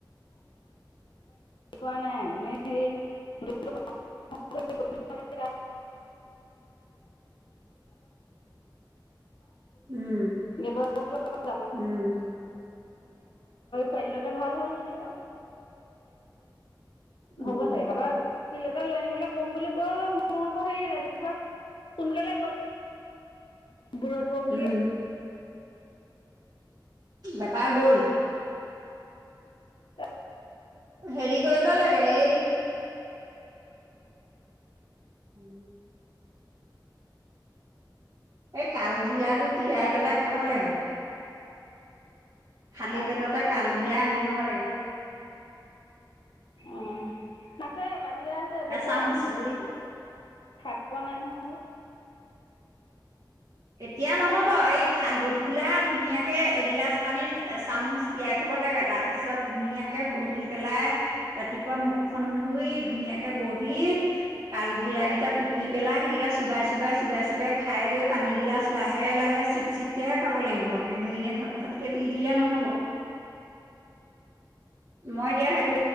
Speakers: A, on the left; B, on the right.
A: কৰা নাই <unintelligible> <inaudible> পৰিলে <unintelligible>
B: উম
A: দিব নোৱাৰিব।
B: উম
A: খোৱাইদিলতে ভাল হ'ল যেনিবা
B: অ
A: হ'ব চাগে তাপা পিল এটা লৈ আনিবলৈ। শুম বুলি কৈ মই আকৌ হেৰি ৰাতিপুৱা সোনকালে গ'ল। বুৰত বৌ
B: উম
A: বুলিয়ে।
B: বেপাৰ গ'ল।
A: বুলিয়ে
B: হেৰি কৰিব লাগে এই। <inaudible> এই কালজিৰাটো তিয়াই
A: টেবলেটটো
B: পেলাই খাব
A: আন
B: লাগে।
A: নহ'লে
B: খালি
A: কালজিৰাটো
B: পেটতে কাল জিৰা আনি ল'ব লাগে।
A: অ', নাতেক। কালিয়ে আছে এধদিয়ে
B: এচামুচ
A: আছে এইটো খাই পোৱা নাই নহয়।
B: এতিয়া নহ'ব এই খা গধূলা ধুনীয়াকে এগিলাচ পানীত এচামুচ তিয়াই থব। দিব লাগে তাৰ পিছত ধুনীয়াকে বহি পেলাই ৰাতিপুৱা মুখখন ধুই ধুনীয়াকে বহ বহি কালজিৰা কেইটা টুকি পেলাই সেইকেইটা চোবাই, চোবাই, চোবাই, চোবাই খাই লৈ। পানীগিলাচ লাহে, লাহে চিপ, চিপকেহে খাব লাগিব। কিন্তু এনেই ঘটঘটকে পি দিলে নহ'ব। মই এতিয়া সেইটো।